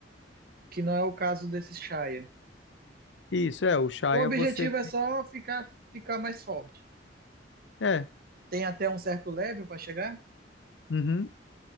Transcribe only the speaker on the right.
que não é o caso desse Shaya.
O objetivo
é só ficar, ficar mais forte.
Tem até um certo level para chegar?